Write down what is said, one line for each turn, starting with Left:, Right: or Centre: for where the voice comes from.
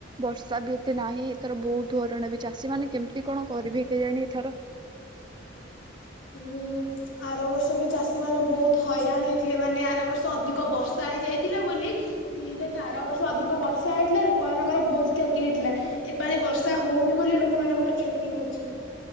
Right: ବର୍ଷା ବି ଏତେ ନାହିଁ ଏଥର ବହୁତ ହଇରାଣ ହେବେ ଚାଷୀ ମାନେ କେମିତି କଣ କରିବେ କେଜାଣି ଏଥର।
Left: ହୁଁ ଆର ବର୍ଷ ବି ଚାଷୀ ମାନେ ବହୁତ ହଇରାଣ ହେଇଥିଲେ ମାନେ ଆର ବର୍ଷ ଅଧିକ ବର୍ଷା ହେଇଯାଇଥିଲା ବୋଲି ଦେଖ ଆର ବର୍ଷ ଅଧିକ ବର୍ଷା ସା ହେଇଥିଲା ଲୋକମାନଙ୍କର ବହୁତ କ୍ଷତି ହେଇଥିଲା ଏପାଳି ବର୍ଷା ହଉନି ବୋଲି ଲୋକମାନଙ୍କର କ୍ଷତି ହଉଛି।